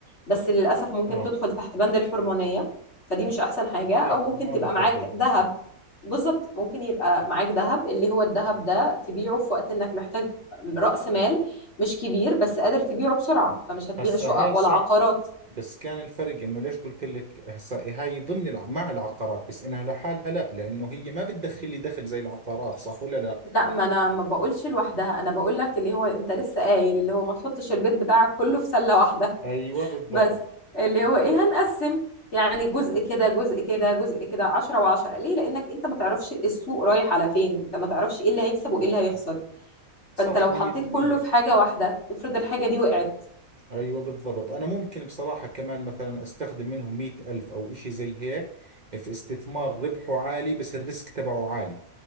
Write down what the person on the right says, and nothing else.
اه
لا
ما
بفضل
يعني
هسا
هاي صح
بس كان الفرق انه ليش قلت لك هسا هاي ضمن الع... مع العقارات بس انها لحالها لا لانه هي ما بتدخل لي دخل زي العقارات صح ولا لا
ايوه
بالضبط
صح
مية
بالمية
أيوة بالضبط أنا ممكن بصراحة كمان مثلا أستخدم منهم مية ألف أو إشي زي هيك في استثمار ربحه عالي بس الريسك تبعه عالي